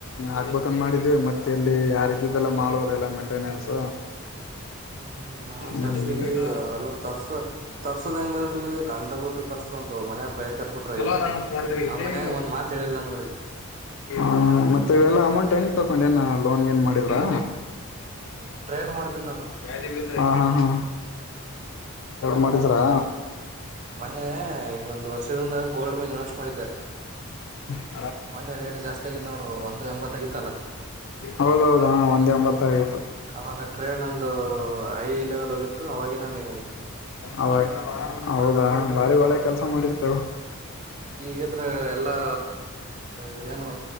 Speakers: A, on the left (about 60°); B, on the right (about 35°).
A: ಆಗ್ಬೇಕನ್ ಮಾಡಿದವಿ ಮತ್ತೆ ಇಲ್ಲಿ ಯಾರ್ದಿದ್ದಲ್ಲ ಮಾಡೋ್ರ ಎಲ್ಲಾ ಮೇಂಟೆನೆನ್ಸ್
B: ಹ್ಮ್ ನಾವವು ತರ್ಸೀವಿ
A: ಸರ್ಟಿಫಿಕೇಟ್
B: ಅದೆಲ್ಲ ತರ್ಸ ತರ್ಸದಂಗರ್ಲ್ಲಿ ಕಂಡ ಬಿಿಟ್ಟು ಕರ್ಸ ಬಂತು ಮನಯಾಗ ಬಯತ್ಬಿಟ್ರ
A: ಚಲೋ
B: ಎದಕ್
A: ಅದ ಸ್ಯಾಲ್ರಿ ಇಲ್ಲೇ
B: ಆ ಮನ್ಯಾಗ
A: ಇದೆ
B: ಒಂದ್ ಮಾತ ಹೇಳಿಲ್ಲನವ್ರಿಗೆ
A: ಹ ಮತ್ತೆ ಇವೆಲ್ಲಾ ಅಮೌಂಟ್ ಹೆಂಗ ತಕೊಂಡ ಏನ ಲೋನ್ ಏನ್ ಮಾಡಿದ್ರಾ
B: ಟ್ರೇಡ್ ಮಾಡ್ತನಿ ನಾನು
A: ಹಾ ಹಾ ಹಾ ಮಾಡಿದ್ರಾ
B: ಮೊನ್ನೆ ಈಗ ಒಂದ್ ವರ್ಷದಿಂದ ಗೋಲ್ಡ್ ಮ್ಯಾಗ ಇನ್ವೆಸ್ಟ್ ಮಾಡಿದ್ದೆ
A: <unintelligible>
B: ಮೊನ್ನೆ ರೇಟ್ ಜಾಸ್ತಿ ಆಗಿದ್ ನೋಡು ಒಂದು ಎಂಬತ್ತಗಿತ್ತಲ್ಲ
A: ಹೌದೌದು ಹಾ ಒಂದ್ ಎಂಬತ್ತಾ ಐದು
B: ಅವಾಗ ಟ್ರೈನ್ ಒಂದು ಹೈ ಲೆವೆಲ್ ಹೋಗಿತು ಅವಾಗೇನಾರ -
A: ಅವ ಹೌದಾ ಬಾರಿ ಒಳ್ಳೆ ಕೆಲ್ಸ ಸಮಾಮತ
B: ಈಗಂದ್ರೆ ಎಲ್ಲಾ ಇದೇನು